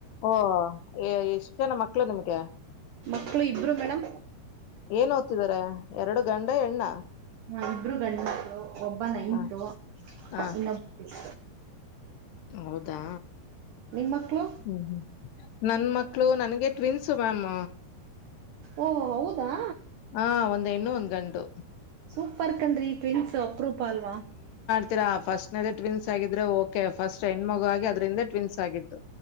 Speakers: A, on the left (about 70°); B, on the right (about 80°).
A: ಓ ಎಷ್ಟ್ ಜನ ಮಕ್ಳು ನಿಮ್ಗೆ
B: ಮಕ್ಳು ಇಬ್ರು ಮೇಡಂ.
A: ಏನ್ ಓದ್ತಿದಾರ ಎರಡು ಗಂಡ ಹೆಣ್ಣ.
B: ಹ ಇಬ್ರು ಗಂಡ್ ಒಬ್ಬ ನೈಂತೂ
A: ಹ ಹ
B: ಇನ್ನೊಬ್ ಸಿಕ್
A: ಹೌದಾ
B: ನಿಮ್ ಮಕ್ಳು
A: ಹ್ಮ್ ಹ್ಮ್ ನನ್ ಮಕ್ಳು ನನ್ಗೆ. Twins ma'am.
B: ಓ ಹೌದಾ.
A: ಹ ಒಂದ್ ಹೆಣ್ಣು ಒಂದ್ ಗಂಡು.
B: ಸೂಪರ್ ಕಣ್ರಿ ಟ್ವಿನ್ಸ್ ಅಪ್ರೂಪ ಅಲ್ವಾ.
A: ತೀರಾ ಫಸ್ಟ್ನೇದೇ ಟ್ವಿನ್ಸ್ ಆಗಿದ್ರೆ ಓಕೆ ಫಸ್ಟ್ ಹೆಣ್ಣ್ಮಗು ಆಗಿ ಅದ್ರಿಂದೆ ಟ್ವಿನ್ಸ್ ಆಗಿದ್ದು.